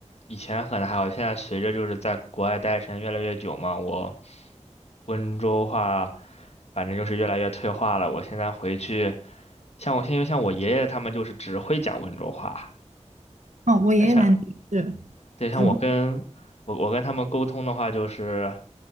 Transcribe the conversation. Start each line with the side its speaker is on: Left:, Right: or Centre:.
Left: 以前可能还好，现在随着就是在国外待的时间越来越久嘛，我温州话反正就是越来越退化了。我现在回去，像我现在像我爷爷他们就是只会讲温州话，
Right: 哦，我爷爷奶奶也是，
Left: 像对像我跟我我跟他们沟通的话就是。
Right: 只会